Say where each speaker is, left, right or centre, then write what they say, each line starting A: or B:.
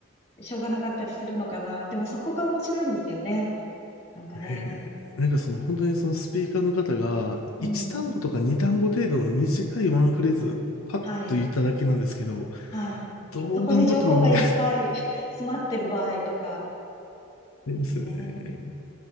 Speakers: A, on the left (about 30°); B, on the left (about 85°).
A: しょうがなかったりするのかな。でもそこが面白いんですよね。なんかね。
B: ええなんかその本当にそのスピーカーの方が1単語とか2単語程度の短いワンフレーズパッと言っただけなんですけど、
A: うん。はい。はい。
B: どう頑張ってもに
A: そこに情報がいっぱい
B: <laughs> あ
A: <laughs> 詰まってる場合とか。
B: りますよね。
A: ね。